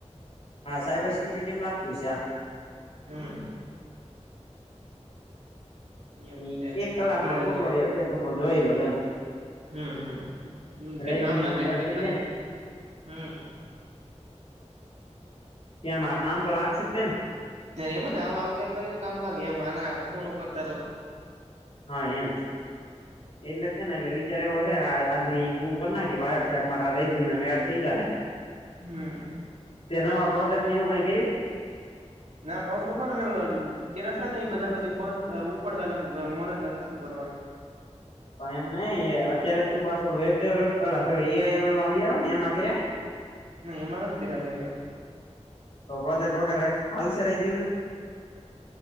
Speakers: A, on the left; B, on the right.
A: હા સાયબર સિક્યુરિટીમાં લાગતું સે આ.
B: હમ્મ. એવું
A: ઇ
B: છે
A: એક કલાક
B: મારે
A: નો તૂટોરિયલ છે <unintelligible> પર જોઈ લઉ એમ.
B: હમ્મ હમ્મ મન કે
A: રેઝ્યુમમાં
B: કામ લાગે
A: એડ
B: એવું કંઈક
A: થઈ
B: કરે
A: જાય ને
B: હમ્મ.
A: કેમ આ કામ તો લાગશે તેન.
B: <unintelligible> એમ ને આવું કઈક કર્યું તો કામ લાગે એમ આના ફોનું કરતા તો.
A: હા એમ.
B: <inaudible>
A: એટલે તે ને એટલે વિચાર એવો શે કે આજ માં ઈ પૂરું કરી ના કે વાયર શાક મારા રે મેડ થઈ જાહે.
B: હમ્મ.
A: તે નવા પ્રોજેક્ટ કંઈ એવું કઈ કર્યું.
B: ના કૌશ તો ખરો કેરા થ ને એ બધા પછી બંધ ઉપડતા નથી મનજ નથી થતું કરવાનું.
A: પણ એમ નઇ એ અત્યારે તું પાછું વેબ ડેવલપ અલા ઈઆઈમલમાં આવી જાવ ને એમાં <unintelligible>
B: નઇ એમાં નથી કયરા એકે
A: તો પ્રોજેક્ટ વગર રાખ હાલસે રેઝ્યુમે